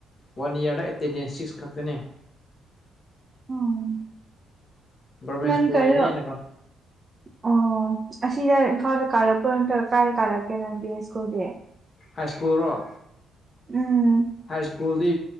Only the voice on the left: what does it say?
ꯋꯥꯟ ꯏꯌꯥꯔꯗ ꯑꯦꯇꯦꯟꯗꯦꯟꯁ ꯁꯤꯛꯁ ꯈꯛꯇꯅꯦ
ꯒꯣꯔꯃꯦꯟ
ꯁ꯭ꯀꯨꯜ
ꯑꯣꯏꯕꯅꯤꯅꯀꯣ
ꯍꯥꯏ ꯁꯀꯨꯜ ꯔ‌ꯣ
ꯍꯥꯏ ꯁꯀꯨꯜꯗꯤ